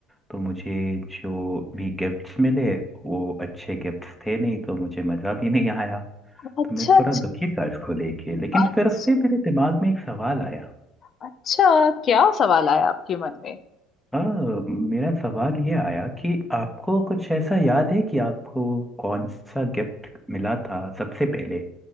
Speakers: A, in the centre; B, on the left.
A: तो मुझे जो भी गिफ्ट्स मिले वो अच्छे गिफ्ट्स थे नहीं तो मुझे मज़ा भी नहीं आया
B: अच्छा
A: तो मैं
B: अच्छा
A: थोड़ा दुखी था इसको लेके लेकिन
B: अच्छा
A: फिर उससे मेरे दिमाग में एक सवाल आया
B: अच्छा, क्या सवाल आया आपके मन में
A: अ, मेरा सवाल ये आया कि आपको कुछ ऐसा याद है कि आपको कौन सा गिफ्ट मिला था सबसे पहले